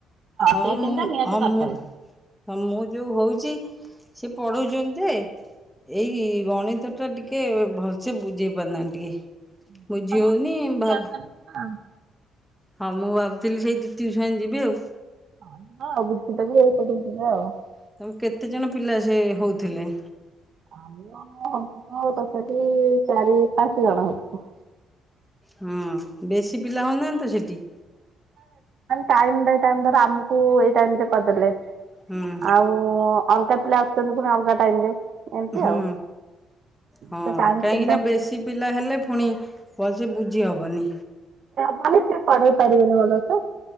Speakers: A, in the centre; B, on the right.
A: ହଁ
B: ସେଇ
A: ମୁଁ
B: ତିନିଟା ନିହାତି
A: ହଁ
B: ଦରକାର।
A: ମୁ ହ ମୁଁ ଯୋଉ ହଉଛି। ସେ ପଢୁଛନ୍ତି। ଏଇ ଗଣିତ ତ ଟିକେ ଭଲ ସେ ବୁଝେଇ କରୁନାହାନ୍ତି ଟିକେ।
B: <inaudible>
A: ବୁଝି ହଉନି ଭାବ ହଁ ମୁଁ ଭାବୁଥିଲି ସେଇ ଟଟିଉସନ ଯିବି ଆଉ।
B: <unintelligible> ଆଉ
A: ତମ କେତେ ଜଣ ପିଲା ସେ ହଉଥିଲେ।
B: ଆମ ହୋଇଥିଲୁ ତଥାପି ଚାରି ପାଞ୍ଚ ଜଣ ହୋଉଥିଲୁ।
A: ହଁ ବେଶୀ ପିଲା ହଉନାହାନ୍ତି। ସେଠି
B: ଟାଇମ୍ ବାଇ ଟାଇମ୍ ଧର ଆମକୁ ଏଇ ଟାଇମରେ କରିଦେଲେ।
A: ହୁଁ
B: ଆଉ। ଅଲଗା ପିଲା ଆସଛନ୍ତି ପୁଣି ଅଲଗାଟାଇମ ରେ ଏମିତି
A: ହୁଁ
B: ଆଉ।
A: ହଁ
B: ସେ ଟାଇମ
A: କାହିଁକି
B: ତିନିଟା
A: ନା ବେଶୀ ପିଲା ହେଲେ ପୁଣି ଭଲସେ ବୁଝିହବନି।
B: ମାନେ ସେ ପଢେଇ ପାରିବେନି ଭଲସେ